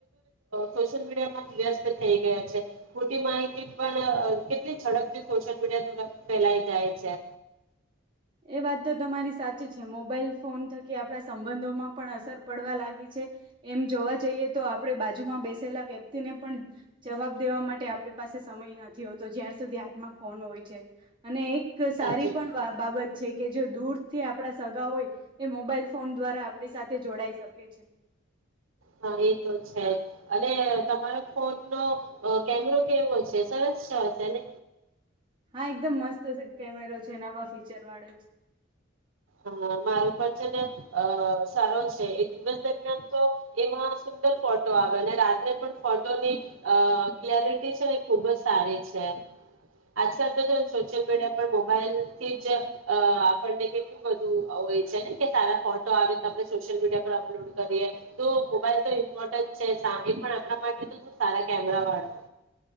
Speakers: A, on the right; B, on the right.
A: સોશિયલ મીડિયા માં વ્યસ્ત થઇ ગયા છે ખટી માહિતી પણ કેટલી ઝડપથી સોશિયલ મીડિયા દ્વારા ફેલાઈ જાય છે
B: એ વાત તો તમારી સાચી છે મોબાઈલ ફોન થકી આપણા સંબંધોમાં પણ અસર પડવા લાગી છે એમ જોવા જઈએ તો આપણે બાજુમાં બેસેલા વ્યક્તિને પણ જવાબ દેવા માટે આપણી પાસે સમય નથી હોતો જ્યાાર સુધી હાથમાં ફોન હોય છે અને એક એક સારી
A: સાચું
B: પણ
A: કીધું
B: બાબત દૂર થી આપડા સગા હોય એ મોબાઈલ ફોન દ્વારા આપણી સાથે જોડાઈ શકે છે
A: હા એ તો છે અને તમારો ફોન નો કેમેરો કેવો છે સરસ છે હશે ને
B: હા એકદમ મસ્ત કેમેરો છે જે નવા ફીચર વાળે જ
A: હ મારું પણ છે ને અ સરો છે એ દિવસ દરમિયાન તો એમાં સુંદર ફોટો આવે અને રાત્રે પણ ફોટોની અ ક્લેરિટી છેને ખુબ જ સારી છે આજકાલ તો સોશિયલ મીડિયા પર મોબાઈલ કે જ અ આપણને એ બધું હોય છે ને કે સારા ફોટો આવે તો આપ સોશિયલ મીડ અપલોડ કરીએ તો મોબાઈલ તો ઇમ્પોર્ટન્ટ પણ આપણા માટે તો શું સારા કેમેરા વાળા